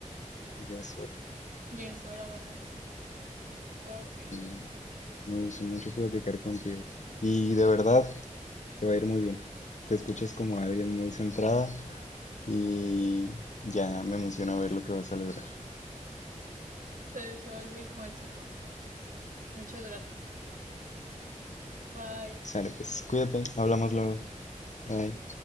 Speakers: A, on the left; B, on the right.
A: Ya es hora.
B: Y eso era verdad. Ok.
A: Y me gustó mucho platicar contigo. Y de verdad, te va a ir muy bien. Te escuchas como alguien muy centrada y ya me emociona ver lo que vas a lograr.
B: Te deseo el mismo éxito. Muchas gracias. Bye.
A: Sale, pues cuídate, hablamos luego. Bye.